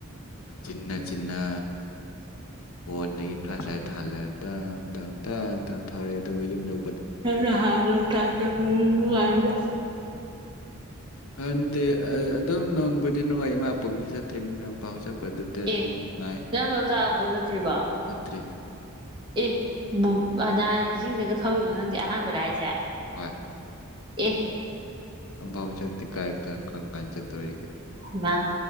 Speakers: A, on the left; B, on the right.
A: ꯆꯤꯟꯅ ꯆꯤꯟꯅ ꯐꯣꯟꯗꯒꯤ ꯐ꯭ꯂꯥꯁ ꯂꯥꯏꯠ ꯊꯥꯜꯂ ꯇꯝ ꯇꯝ ꯇꯝ ꯇꯝ ꯊꯧꯔꯛꯑꯦ ꯑꯗꯨꯒ ꯌꯨꯝ ꯌꯧ
B: ꯅꯪ ꯅꯍꯥꯟ ꯂꯣꯇꯥꯛ ꯆꯠꯄꯗꯣ ꯅꯨꯡꯉꯥꯏꯕ꯭ꯔꯣ
A: ꯈꯟꯗꯦ ꯑꯗꯨꯝ ꯅꯨꯡꯕꯨꯗꯤ ꯅꯨꯡꯉꯥꯏ ꯏꯃꯥꯄꯣꯛꯀꯤ ꯆꯠꯇ꯭ꯔꯤꯝꯅꯤꯅ ꯄꯥꯎ ꯆꯠ ꯗꯨꯗ ꯑꯗꯨꯝ
B: ꯑꯦ
A: ꯅꯨꯡꯉꯥꯏ
B: ꯅꯪ ꯂꯣꯛꯇꯥꯛ ꯑꯝꯕꯧ ꯆꯠꯇ꯭ꯔꯤꯕꯣ
A: ꯅꯠꯇ꯭ꯔꯤ
B: ꯑꯦ ꯕꯣ ꯑꯅꯥ ꯏꯁꯤꯡꯗꯒ ꯊꯧꯔꯤꯔꯣ ꯅꯪꯗꯤ ꯑꯍꯥꯟꯕꯔꯥ ꯍꯥꯏꯁꯦ
A: ꯑꯣꯏ
B: ꯑꯦ
A: ꯥꯑꯝꯕꯥꯎ ꯆꯠꯇꯦ ꯀꯥꯏ ꯀ꯭ꯔꯝ ꯀꯥꯟ ꯆꯠꯇꯣꯔꯤꯒꯦ
B: ꯍꯩꯃꯥ